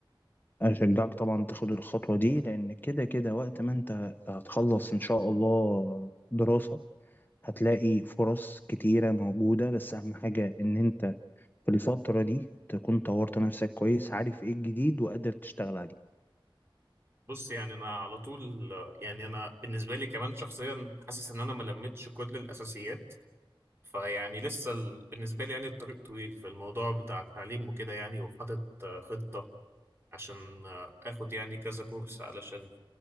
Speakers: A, on the left; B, on the right.
A: أشجعك طبعا تاخد الخطوة دي لأن كده كده وقت ما أنت هتخلص إن شاء الله دراسة هتلاقي فرص كتيرة موجودة بس أهم حاجة إن أنت في الفترة دي تكون طورت نفسك كويس عارف ايه الجديد وقادر تشتغل عليه
B: بص يعني انا على طول يعني انا بالنسبه لي كمان شخصيا حاسس ان انا ما لمتش كل الاساسيات فيعني لسه ال... بالنسبه لي يعني الطريق طويل في الموضوع بتاع التعليم وكده يعني وحاطط آه، خطه عشان آه، اخد يعني كذا كورس علشان